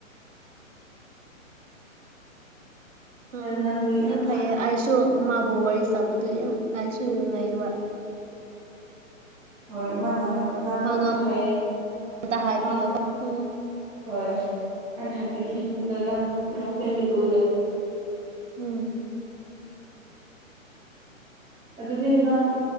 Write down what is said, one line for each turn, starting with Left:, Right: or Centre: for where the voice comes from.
Right: <unintelligible> ꯑ
Centre: ꯅꯪꯗꯨ
Right: ꯑꯗꯨꯗꯤ
Centre: ꯌꯥꯝ
Right: ꯐꯩꯌꯦ ꯑꯩꯁꯨ ꯃꯥꯕꯨ ꯋꯥꯔꯤ ꯁꯥꯕꯗꯨ ꯌꯥꯝ ꯂꯥꯏꯁꯨ ꯅꯨꯡꯉꯥꯏꯌꯦꯕ
Centre: ꯍꯣꯏ ꯃꯥꯅ ꯅꯪ ꯅꯪꯕꯨꯇ
Right: ꯃꯉꯣꯟ
Centre: ꯍꯥꯏꯌꯦ
Right: ꯑꯝꯇ ꯍꯥꯏꯕꯤꯌꯣ
Centre: ꯃꯥ
Right: ꯎꯝ
Centre: ꯍꯣꯏ ꯑꯅ ꯍꯥꯏꯕꯤꯒꯦ
Right: ꯎꯝ
Centre: ꯑꯗꯣ ꯅ ꯐ
Right: ꯎꯝ
Centre: ꯎ
Right: ꯎꯝ
Centre: ꯑꯗꯨꯗꯤ ꯅꯪ